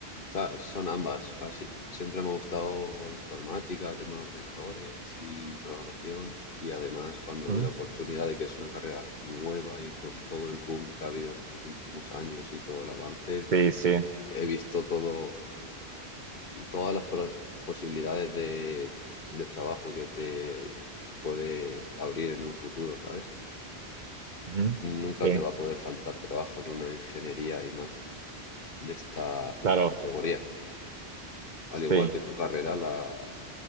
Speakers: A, on the left; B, on the right.
A: o sea, son ambas. Así, siempre me ha gustado informática, tema de ordenadores y programación. Y además, cuando
B: ¿Mm?
A: vi la oportunidad de que es una carrera nueva y con todo el boom que ha habido estos últimos años y todo el avance,
B: Sí, sí.
A: he visto todo, todas las pros- posibilidades de, de trabajo que te puede abrir en un futuro, ¿sabes?
B: ujú.
A: Nunca
B: Sí,
A: te va a poder faltar trabajo en una ingeniería y más de esta
B: claro,
A: categoría. Al
B: sí,
A: igual que tu carrera, la,